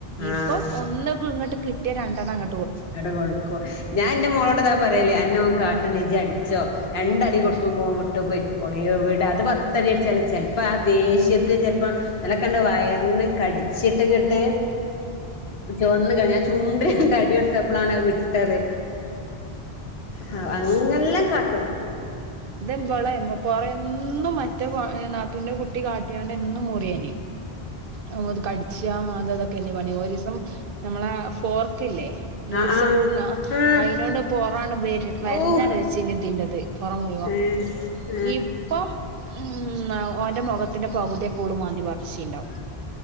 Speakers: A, on the right (about 65°); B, on the left (about 80°).
A: ഇപ്പം
B: ആഹ
A: ഒന്ന്പ്പ ഇങ്ങട്ട് കിട്ടിയ രണ്ടെണ്ണം അങ്ങ
B: അങ്ങട് കൊടുക്കും ഞാൻന്റെ മോളോട്താ പറയല് അന്നോൻ കാട്ട്ണ്ടെ
A: ആഹ്
B: ഇജടിച്ചോ രണ്ടടി
A: ആഹ്
B: കൊടുക്കുമ്പോൻ വിട്ട് പോയി ക്കോളും എവിട അത് പത്തടി അടിച്ചാലും ചെൽപ്പോ ആ ദേഷ്യത്തിൽ ചെൽപ്പോ ഇന്നലെക്ക്ണ്ട് വയറിന് കടിച്ചിട്ട്ങ്ങട്ട് ചൊവന്നു കഴി ഞാൻ ചുണ്ടിന് രണ്ടടി കൊട് ത്തപ്പളാണ് അത് വിട്ടത് അ അങ്ങെല്ലാം കാട്ടും
A: ഇത്വ്വളെ മെ പൊറെന്നും മറ്റേ വ നാത്തൂന്റെ കുട്ടി കാട്ടിയാണ്ട് എന്നും മുറിയേനി <unintelligible> അത് കട്ച്ച മാന്താ അതൊ ക്കേനി പണി ഒരീസം നമ്മളേ ആ ഫോർക്ക്‌ല്ലേ നൂഡിൽസൊക്കെ
B: ആഹ് ആഹ്
A: ഒഴുന്ന
B: ആഹ്
A: അയിനോട് പൊറാണ് വേ വരഞ്ഞാണ്
B: ഔ
A: വെച്ചീനി ഇതിന്റെത് പൊറം മുയിവം
B: <unintelligible>
A: ഇപ്പം ഉം അവ ഓന്റെ മുഖത്തിന്റെ പകുതിയൊക്കെ ഓള് മാന്തി പർച്ചീണ്ടാവും